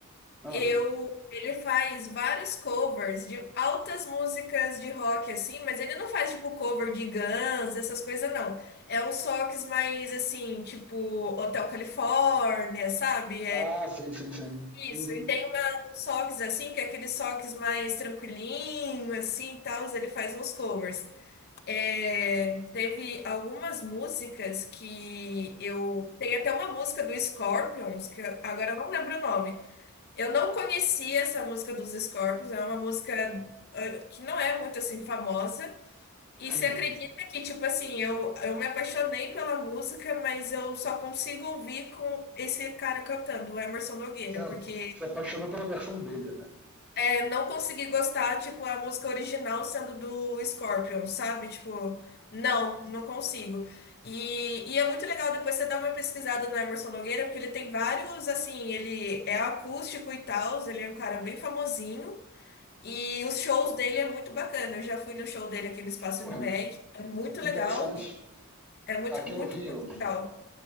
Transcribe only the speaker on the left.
Eu, ele faz vários covers de altas músicas de rock, assim, mas ele não faz, tipo, cover de Guns, essas coisas, não. É uns rocks mais, assim, tipo, Hotel California, sabe?
Isso,
e tem uma, uns socks assim, que é aqueles socks mais tranquilinho, assim, e tal, ele faz uns covers. É, teve algumas músicas que eu... Tem até uma música do Scorpions, que eu- agora eu não lembro o nome. Eu não conhecia essa música dos Scorpions, é uma música ah, que não é muito, assim, famosa. E você
acredita que, tipo assim, eu, eu me apaixonei pela música, mas eu só consigo ouvir com esse cara cantando, o Emerson Nogueira,
porque...
É não consegui gostar, tipo, a música original sendo do Scorpion, sabe? Tipo, não, não consigo. E, e é muito legal depois você dar uma pesquisada no Emerson Nogueira, porque ele tem vários, assim, ele é acústico e tal, ele é um cara bem famosinho. E os shows dele é muito bacana. Eu já fui no show dele aqui no Espaço
Unimed. É muito legal.
É muito,
muito,
muito legal.